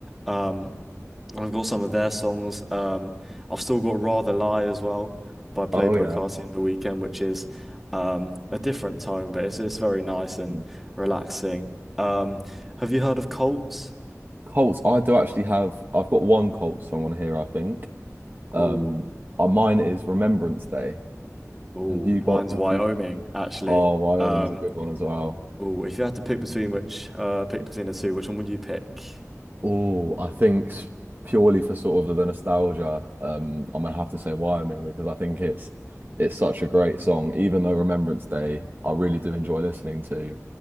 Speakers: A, in the centre; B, on the right.
A: Um, and I've got some of their songs. Um, I've still got Rather Lie as well by Playboi
B: Oh yeah.
A: Carti and The Weeknd, which is um, a different tone, but it's it's very nice and
B: Mm.
A: relaxing. Um, have you heard of Colts?
B: Colts, I do actually have I've got one Colts song on here, I think. Um
A: Ooh,
B: uh, mine is Remembrance Day.
A: ooh,
B: Have you
A: mine's
B: got have
A: Wyoming,
B: you
A: actually.
B: Oh, Wyoming's
A: Um,
B: a good one as well.
A: ooh, if you had to pick between which uh pick between the two, which one would you pick?
B: Oh, I think s- purely for sort of the nostalgia, um, I'm gonna have to say Wyoming because I think it's it's such a great song. Even though Remembrance Day, I really do enjoy listening to.